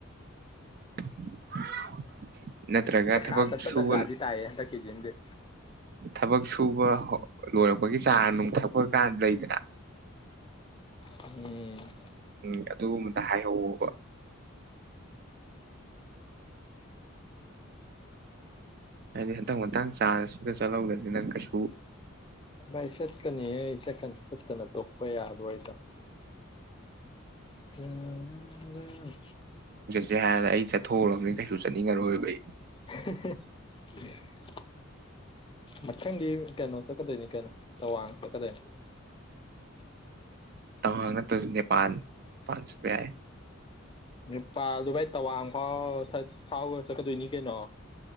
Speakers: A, on the right; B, on the left.
A: <inaudible>
B: ꯄꯩꯁꯥꯇꯠꯇ
A: ꯊꯕꯛ ꯁꯨꯕ
B: ꯇꯖꯥꯗꯤ ꯇꯥꯌꯦ ꯍꯟꯗꯛꯀꯤ ꯁꯤꯝꯗꯤ꯫
A: ꯊꯕꯛ ꯁꯨꯕ ꯍꯧ ꯂꯣꯏꯔꯛꯄꯒꯤ ꯆꯥ ꯅꯨꯡꯊꯛꯄ ꯀꯥꯟ ꯂꯩꯗꯅ
B: ꯎꯝ
A: ꯎꯝ ꯑꯗꯨꯒꯨꯝꯕꯗ ꯍꯥꯏꯍꯧ ꯑꯣꯕ ꯍꯥꯏꯗꯤ ꯍꯟꯇꯛ ꯃꯇꯥꯡ ꯆꯥꯟꯁꯁꯤꯗ ꯆꯠꯍꯧꯗ꯭ꯔꯗꯤ ꯅꯪ ꯀꯩꯁꯨ
B: ꯚꯥꯏ ꯆꯠꯀꯅꯤꯍꯦ ꯑꯩ ꯆꯠꯀꯅꯤ ꯆꯠꯇꯅ ꯇꯣꯛꯄ ꯌꯥꯕ꯭ꯔꯣꯏꯇ ꯇꯔꯥ ꯔꯥ ꯔ
A: ꯑꯩ ꯍꯥꯏꯔ ꯑꯩ ꯆꯠꯊꯣꯛꯎꯔꯕꯅꯤꯅ ꯀꯩꯁꯨ ꯆꯠꯅꯤꯡꯉꯔꯣꯏꯕ ꯑꯩ꯫
B: ꯑꯍꯦ ꯍꯦ ꯍ ꯃꯊꯪꯒꯤ ꯀꯩꯅꯣ ꯆꯠꯀꯗꯣꯏꯅꯤ ꯀꯩꯅꯣ ꯇꯋꯥꯡ ꯆꯠꯀꯗꯣꯏ
A: ꯇꯋꯥꯡ ꯅꯠꯇ꯭ꯔꯁꯨ ꯅꯦꯄꯥꯟ ꯅꯦꯄꯥꯟ ꯆꯠꯄ ꯌꯥꯏꯌꯦ꯫
B: ꯅꯦꯄꯥꯜꯗꯨ ꯚꯥꯏ ꯇꯋꯥꯡ ꯐꯥꯎꯔ ꯆꯠ ꯐꯥꯎꯔ ꯆꯠꯀꯥꯗꯣꯏꯅꯤ ꯀꯩꯅꯣ